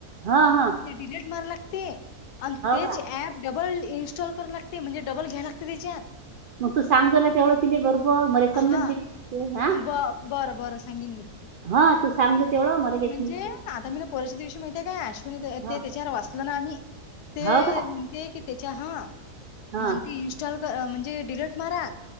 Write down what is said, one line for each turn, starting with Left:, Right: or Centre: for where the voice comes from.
Right: हा हा
Left: ते डिलेट माराय लागते आणि तेच
Right: का
Left: ॲप डबल इन्स्टॉल करू लागते, म्हणजे डबल घ्याय लागते त्याच्यात
Right: मग तू सांगतो ना तेवढं तिने बरोबर, मले समजत
Left: हा
Right: बी नाही हा.
Left: ब बरं बरं सांगेन मी
Right: हा तू सांगजो तेवढं मला काही समजत
Left: म्हणजे आता मी ना पोरवाच्या दिवशी माहितीे काय अश्विनी
Right: ह
Left: ते त्याच्यावर वाचल ना आम्ही ते
Right: हो का
Left: ते की त्याच्या हा,
Right: ह
Left: म्हण इन्स्टॉल म्हणजे डिलीट मारा.